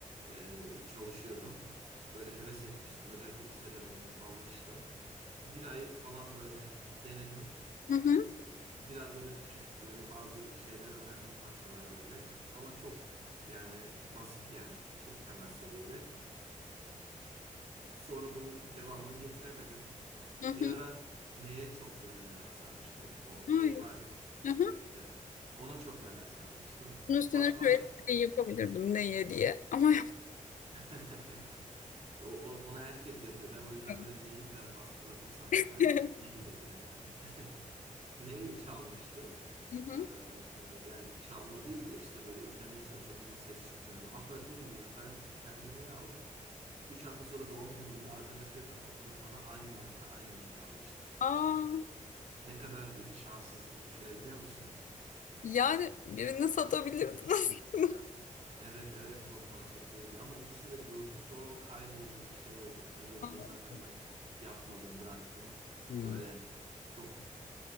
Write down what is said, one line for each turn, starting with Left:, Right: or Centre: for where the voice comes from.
Right: e, çalışıyordum. Böyle heves etmiştim. Özellikle lise döneminde almıştım. Bir ay falan böyle denedim.
Left: Hı hı,
Right: Biraz böyle küçük böyle bazı şeyler öğrendim parçalar böyle. Ama çok yani basit yani çok temel seviyede. Sonra bunun devamını getiremedim.
Left: hı hı.
Right: Bir ara neye çok böyle merak sarmıştım. O
Left: Ay,
Right: ney var ya.
Left: hı hı.
Right: Evet. Ona çok merak sarmıştım.
Left: Bunun üstüne
Right: Hatta
Left: şöyle bir şey yapabilirdim neye diye ama
Right: <laughs> o, o- onu herkes yapıyor. Ben o yüzden
Left: yapmadım.
Right: böyle neyi biraz baskıladım sana.
Left: <laughs>
Right: Hani ney dedim yani. <laughs> Neyi çalmıştım?
Left: Hı hı.
Right: Ee, yani çalma değil de işte böyle üflemeye çalışıyordum ama ses çıkmıyordu. Hatta çok ilginç. Ben kendime neyi aldım? 2 üç hafta sonra doğum günümde arkadaşlarımla toplanıp bana aynı marka aynı neyi almışlar
Left: Aa,
Right: yani. Ne kadar bir şanssızlık düşünebiliyor musun?
Left: yani birini satabilirdin aslında.
Right: Evet evet çok mantıklıydı ama ikisi de durdu sonra o kayboldu bir şey oldu kırıldı
Left: <laughs>
Right: zaten ben yapmadım bıraktım.
Left: Aa.
Right: Böyle çok